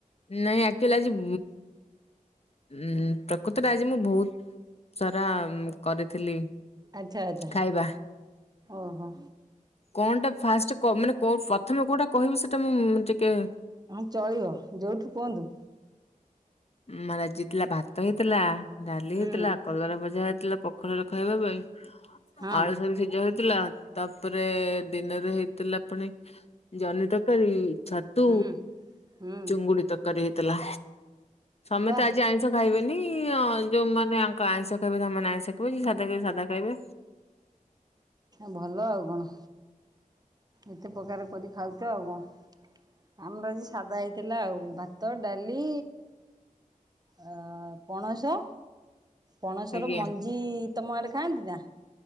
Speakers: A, on the left (about 45°); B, on the right (about 30°).
A: ନାଇଁ ଆକଚୁଆଲି ଆଜି ଉଁ ପ୍ରକୃତରେ ଆଜି ମୁଁ ବହୁତ ସାରା କରିଥିଲି
B: ଆଚ୍ଛା ଆଚ୍ଛା
A: ଖାଇବା
B: ଓହୋ।
A: କଣଟା ଫାଷ୍ଟ କ ମାନେ ପ୍ରଥମେ କୋଉଟା କହିବି ସେଟା ମୁଁ ଟିକେ
B: ହଁ ଚଳିବ ଯୋଉଠୁ କୁହନ୍ତୁ।
A: ମ ଆଜି ଭାତ ହେଇଥିଲା ଡାଲି
B: ହୁଁ
A: ହେଇଥିଲା। କଲରା ଭଜା ହେଇଥିଲା ପଖାଳରେ ଖାଇବା ପାଇଁ
B: ହଁ
A: ଆଳୁ ସାରୁ ସିଝା ହେଇଥିଲା ତା ତାପରେ ଦିନରେ ହେଇଥିଲା ପୁଣି ଜହ୍ନି ତରକାରୀ। ଛତୁ
B: ହୁଁ। ହୁଁ
A: ଚୁଙ୍ଗୁଡି ତରକାରୀ ହେଇଥିଲା। ସମେତେ
B: ବା
A: ଆଜି ଆଇସ ଖାଇବେନି ଯୋଉମାନେ ଆଙ୍କ ଆଇଁଷ ଖାଇବେ ସେମାନେ ଆଇଁଷ ଖାଇବେ ଯିଏ ସାଧା ଖାଇବେ ସାଧା ଖାଇବେ।
B: ଭଲ ଆଉ କଣ ଏତେ ପ୍ରକାର କରି ଖାଉଛ ଆଉ କଣ। ଆମର ଆଜି ସାଧା ହେଇଥିଲା ଆଉ ଭାତ ଡାଲି ଅ ପଣସ ପଣସର
A: ଆଜ୍ଞା
B: ମଞ୍ଜି ତମ ଆଡେ ଖାଆନ୍ତି ନା?